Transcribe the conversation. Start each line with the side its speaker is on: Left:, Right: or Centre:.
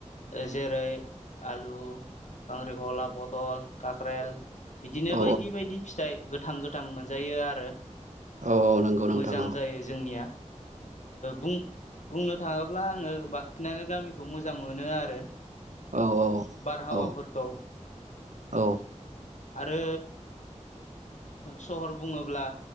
Left: जेरै आलु खांख्रिखला बथल काख्रेल बिदिनो
Right: औ
Left: बायदि बायदि फिथाइ गोथां गोथां मोनजायो आरो।
Right: औ औ नंगौ नोंथां
Left: मोजां
Right: औ
Left: जायो जोंनिया बुंनो बुंनो थाङोब्ला आङो बांसिनानो गामिखौ मोजां मोनो आरो
Right: औ
Left: बारहावाफोरखौ
Right: औ औ।
Left: आरो सहर बुङोब्ला।